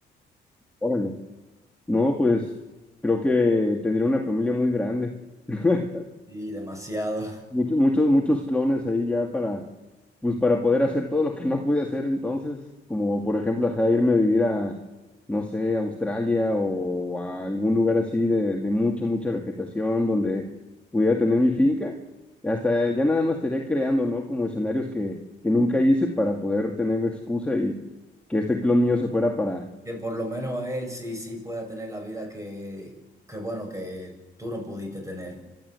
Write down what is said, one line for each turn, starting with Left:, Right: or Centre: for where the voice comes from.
Centre: Órale. No, pues creo que tendría una familia muy grande. <laughs>
Right: Sí, demasiado.
Centre: Muchos, muchos, muchos clones ahí ya para, pues para poder hacer todo lo que no pude hacer entonces, como por ejemplo, ajá, irme a vivir a, no sé, a Australia o a algún lugar así de, de mucha, mucha vegetación donde pudiera tener mi finca. Hasta ya nada más estaría creando, ¿no? Como escenarios que, que nunca hice para poder tener excusa y que este clon mío se fuera para...
Right: Que por lo menos él sí, sí pueda tener la vida que, que bueno, que tú no pudiste tener.